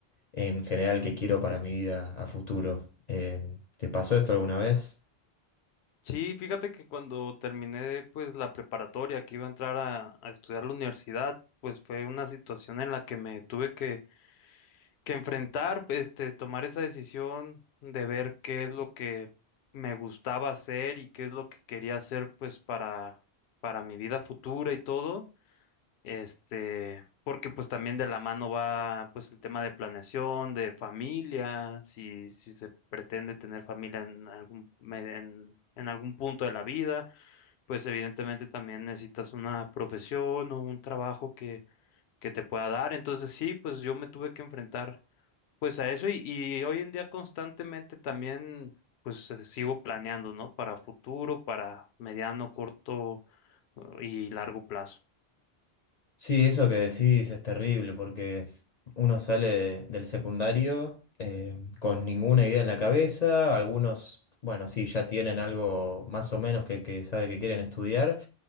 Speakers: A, on the left (about 50°); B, on the left (about 80°).
A: en general qué quiero para mi vida a futuro. Em, ¿te pasó esto alguna vez?
B: Sí, fíjate que cuando terminé pues la preparatoria que iba a entrar a, a estudiar la universidad, pues fue una situación en la que me tuve que, que enfrentar, este, tomar esa decisión de ver qué es lo que me gustaba hacer y qué es lo que quería hacer pues para, para mi vida futura y todo. Este, porque pues también de la mano va pues el tema de planeación, de familia, si, si se pretende tener familia en algún, me- en, en algún punto de la vida, pues evidentemente también necesitas una profesión o un trabajo que, que te pueda dar. Entonces sí, pues yo me tuve que enfrentar pues a eso y, y hoy en día constantemente también pues eh, sigo planeando, ¿no? Para futuro, para mediano, corto eh, y largo plazo.
A: Sí, eso que decís es terrible porque uno sale de- del secundario eh, con ninguna idea en la cabeza, algunos, bueno, sí, ya tienen algo más o menos que, que sabe que quieren estudiar,